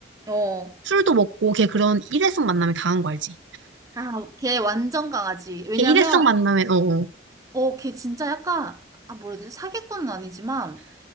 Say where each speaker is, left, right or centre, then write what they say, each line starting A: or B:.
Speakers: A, on the right; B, on the right.
A: 어.
B: 술도 먹고 걔 그런 일회성 만남에 강한 거 알지?
A: 아, 걔 완전 강아지. 왜냐면
B: 걔 일회성 만남에 어어
A: 어, 걔 진짜 약간, 아, 뭐라 해야 되지? 사기꾼은 아니지만,